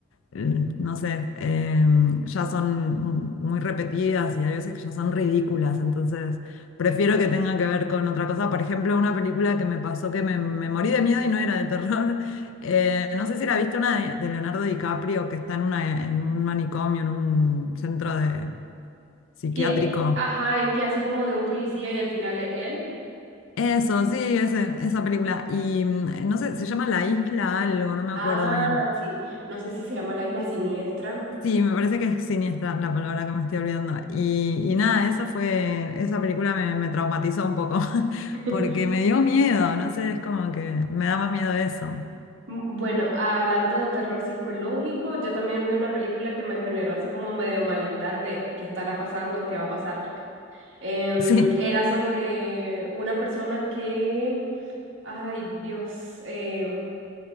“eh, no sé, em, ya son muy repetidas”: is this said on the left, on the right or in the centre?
Left